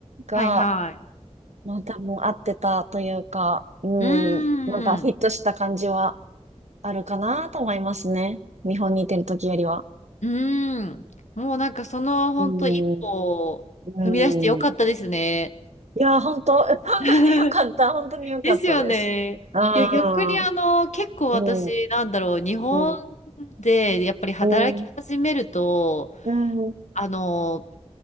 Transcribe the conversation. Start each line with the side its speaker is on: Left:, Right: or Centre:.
Right: が、
Left: はいはい。
Right: まあ、多分合ってたというか、うん、
Left: う
Right: なんかフィットした感じは
Left: ーん。
Right: あるかなと思いますね。日本にいてる時よりは。
Left: うーん。もうなんかその本当一歩
Right: うん、
Left: を踏み出してよかったですね。
Right: うん。いや、本当、<laughs> 本当に良かった。
Left: <laughs>
Right: 本当に良かったです。
Left: ですよね。
Right: うん、
Left: いや、逆にあの、結構私、
Right: うん、
Left: なんだろう、日本
Right: うん、
Left: でやっぱり働き始めると、
Right: うん、うん、う
Left: あの、